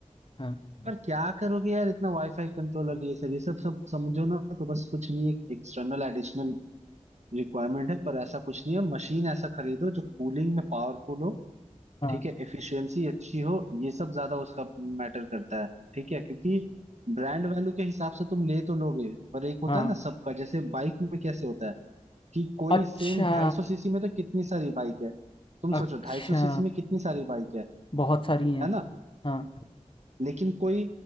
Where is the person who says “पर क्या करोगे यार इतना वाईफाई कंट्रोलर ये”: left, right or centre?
Right